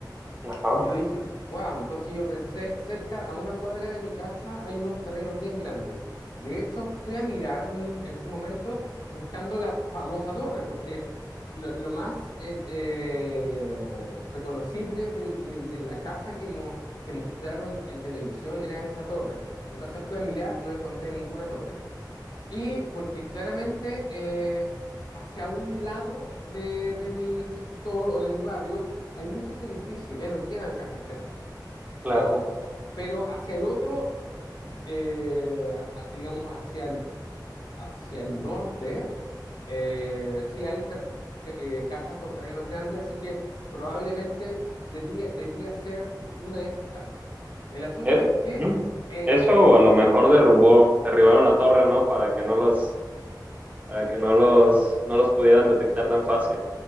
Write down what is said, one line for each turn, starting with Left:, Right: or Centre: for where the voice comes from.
Right: Ajá,
Left: Y yo dije, wow, entonces yo pensé, cerca a una cuadra de mi casa hay unos terrenos bien grandes. De hecho, fui a mirar en, un- en su momento buscando la famosa torre, porque lo, lo más eh, eh, reconocible del- del- de la casa que, mo- que mostraron en televisión era esa torre. Entonces fui a mirar, no encontré ninguna torre. Y porque claramente eh, hacia un lado de, de mi sector o de mi barrio hay muchos edificios, ya no quedan casas grandes.
Right: claro.
Left: Eh, o- o- pero hacia el otro, eh, a- a- digamos hacia el, hacia el norte, eh, sí hay ter- eh, casas con terrenos grandes, así que probablemente debía, debía ser una de esas casas. El asunto
Right: Eh,
Left: es que
Right: ujú.
Left: en,
Right: Eso o a lo mejor derrubó, derribaron la torre, ¿no? Para que no los, para que no los, no los pudieran detectar tan fácil.